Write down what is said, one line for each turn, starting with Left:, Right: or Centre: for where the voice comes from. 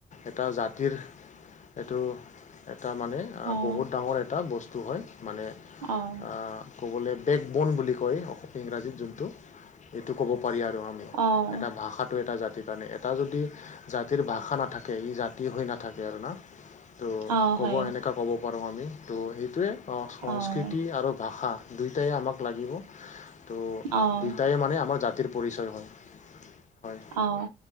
Left: এটা জাতিৰ এইটো- এটা মানে
Right: অ',
Left: বহুত ডাঙৰ এটা বস্তু হয়, মানে
Right: অঁ।
Left: অঁহ', ক'বলৈ বেকবণ বুলি কয় ইংৰাজীত যোনটো সেইটো ক'ব পাৰি আৰু আমি।
Right: অ',
Left: এটা ভাষাটো এটা জাতি- সেইকাৰণে, এটা যদি জাতিৰ ভাষা নাথাকে ই জাতি হৈ নাথাকে আৰু ন। ত'
Right: অ',
Left: ক'ব
Right: হয়,
Left: এনেকুৱা ক'ব পাৰোঁ আমি ত' সেইটোৱে, সংস্কৃতি
Right: অ',
Left: আৰু ভাষা। দুইটায়ে আমাক লাগিব, ত'
Right: অ',
Left: দুইটায়ে মানে আমাক জা- তিৰ পৰিচয় হয়, হয়।
Right: অঁ।